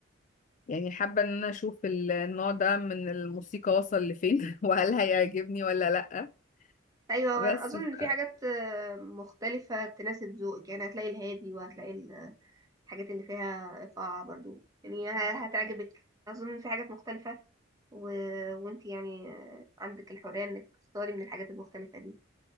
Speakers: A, on the left (about 40°); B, on the right (about 20°).
A: يعني حابه ان انا اشوف ال- النوع ده من الموسيقى وصل لفين <laughs> وهل هيعجبني ولا لا
B: ايوه
A: بس
B: اظن
A: ف-
B: ان في حاجات آه، مختلفه تناسب ذوقك يعني هتلاقي الهادي وهتلاقي ال- الحاجات اللي فيها ايقاع برضو يعني ه- هتعجبك اظن إن في حاجات مختلفه و... وانت يعني آه، عندك الحريه انك تختاري من الحاجات المختلفه دي